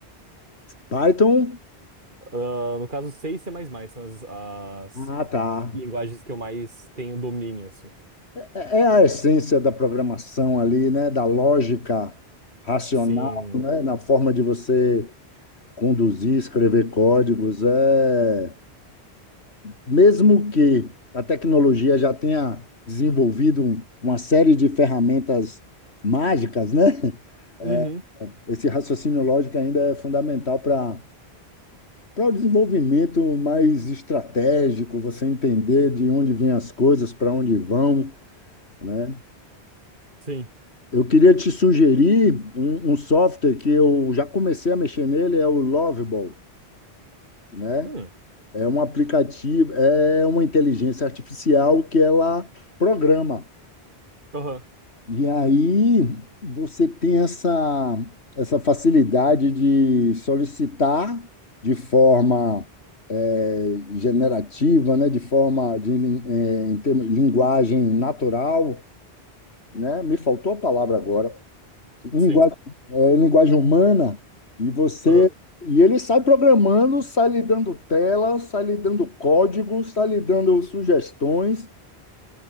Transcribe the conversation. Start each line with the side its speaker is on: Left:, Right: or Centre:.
Left: Python?
Right: Ah, no caso, C e C++ são as, as
Left: Ah, tá.
Right: linguagens que eu mais tenho domínio, assim.
Left: É é a essência da programação ali, né? Da lógica racional,
Right: Sim.
Left: né? Na forma de você conduzir, escrever códigos. É... Mesmo que a tecnologia já tenha desenvolvido um- uma série de ferramentas mágicas, né? É,
Right: Uhum.
Left: esse raciocínio lógico ainda é fundamental para para o desenvolvimento mais estratégico, você entender de onde vêm as coisas, para onde vão, né?
Right: Sim.
Left: Eu queria te sugerir um, um software que eu já comecei a mexer nele, é o Lovable, né?
Right: Hum.
Left: É um aplicativo, é uma inteligência artificial que ela programa.
Right: Aham.
Left: E aí você tem essa, essa facilidade de solicitar de forma eh, generativa, né, de forma de lin- eh, em termos- linguagem natural, né? Me faltou a palavra agora. em
Right: Sim.
Left: linguagem, é, em linguagem humana, e você.
Right: Aham.
Left: E ele sai programando, sai lhe dando tela, sai lhe dando código, sai lhe dando sugestões,